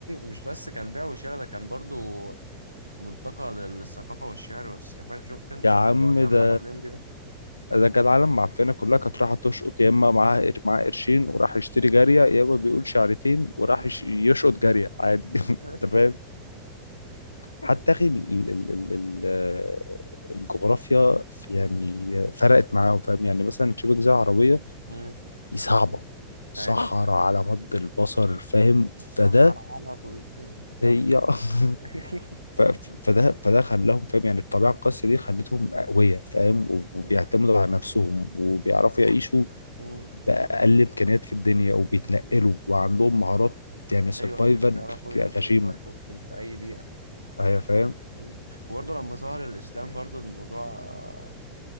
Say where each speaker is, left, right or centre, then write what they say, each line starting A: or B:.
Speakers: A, on the right; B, on the left.
A: مش <laughs> بس كان بيع وشراء ده كان برضو ملتقى للثقافة والشعر والس- فاهم شفت أنت
B: يا
A: اللي
B: عم
A: هو كان
B: ده
A: راحوا الليمبي ده
B: ده كان العالم معفنه كلها كانت رايحه تشقط يا اما معاها قر- معاه قرشين وراح يشتري جاريه يا اما بيقول شعرتين وراح
A: مم.
B: يش- يشقط جاريه عادي
A: <laughs>
B: <laughs> انت فاهم حتى اخي ال- ال- ال- ال- آه، الجغرافيا في-
A: مم.
B: يعني فرقت معاهم فاهم يعني مثلا شبه جزيره عربيه
A: مم.
B: دي صعبه صحراء
A: أي
B: على مد البصر فاهم
A: سحر
B: فده
A: على بولتين تم
B: زي <laughs>
A: <laughs>
B: ف- ف- فده فده خلاهم فاهم يعني الطبيعه القاسيه دي خلتهم اقوياء فاهم وبيعتمدوا
A: مم.
B: على نفسهم وبيعرفوا يعيشوا
A: مم.
B: بأقل إمكانيات في الدنيا وبيتنقلوا
A: مم.
B: وعندهم مهارات يعني سرفايفل
A: أيوه بيعرفوا يسرفايفوا
B: غشيمة
A: في في أي بيئة
B: أيوة فاهم
A: مم. وبرضه لما ظهر الإسلام برضه الموضوع آه،